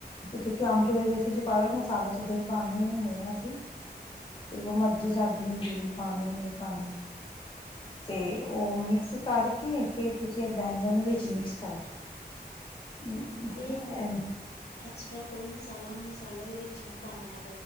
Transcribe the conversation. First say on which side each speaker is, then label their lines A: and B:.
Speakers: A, on the left (about 30°); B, on the left (about 75°).
A: ਕਿਉਂਕਿ
B: ਠੀਕ
A: ਆਮ <unintelligible>
B: ਹੈ ਠੀਕ
A: ਚ ਪਾਵੇ ਮਸਾਲੇ ਚ ਦਹੀਂ ਪਾਣੇ ਈ ਹੁੰਣੇ ਆਂ ਅਸੀਂ।
B: ਹੂੰ
A: ਤੇ ਉਹ ਮਰਜ਼ੀ ਸਾਡੀ ਹੁੰਦੀ ਏ। ਪਾਣੀ ਨਹੀਂ ਪਾਣੀ
B: ਅੱਛਾ
A: ਤੇ ਉਹ ਮਿਕਸ ਕਰਕੇ ਫਿਰ ਤੁਸੀਂ ਐਹ ਬੈਂਗਨ ਨੂੰ ਵਿੱਚ ਮਿਕਸ ਕਰ ਦੋ। <unintelligible>
B: ਤੇ ਐਕਸਟਰਾ ਕੋਈ ਮਸਾਲਾ ਮਸਾਲੇ ਦੇ ਵਿੱਚ ਨੀ ਪਾਣਾ ਹੈ।